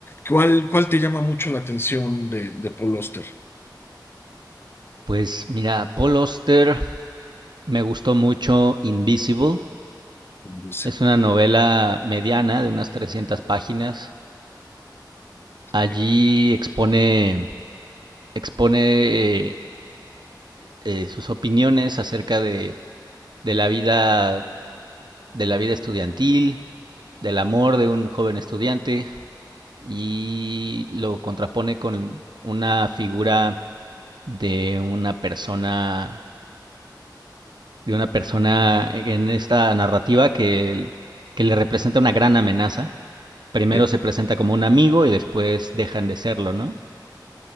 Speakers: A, on the left; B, on the right.
A: ¿Cuál, cuál te llama mucho la atención de, de Paul Oster?
B: Pues mira, Paul Auster me gustó mucho Invisible.
A: Dice,
B: Es una novela mediana de unas 300 páginas. Allí
A: eh,
B: expone, expone eh, eh, sus opiniones acerca de, de la vida, de la vida estudiantil, del amor de un joven estudiante y lo contrapone con una figura de una persona de una persona en esta narrativa que, que le representa una gran amenaza. Primero
A: eh,
B: se presenta como un amigo y después dejan de serlo, ¿no?